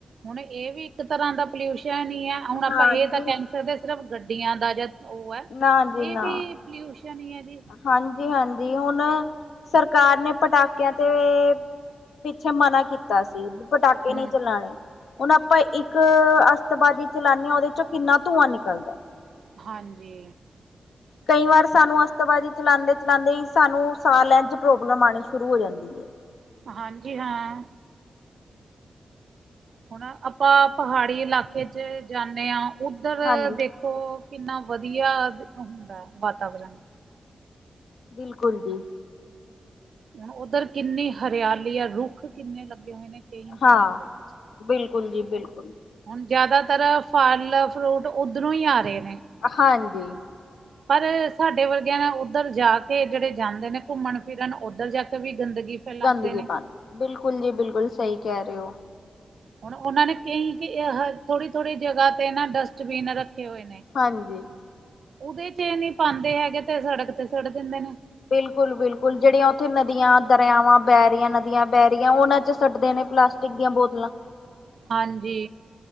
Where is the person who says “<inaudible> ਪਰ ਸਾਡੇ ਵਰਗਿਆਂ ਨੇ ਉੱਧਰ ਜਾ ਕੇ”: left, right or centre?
Right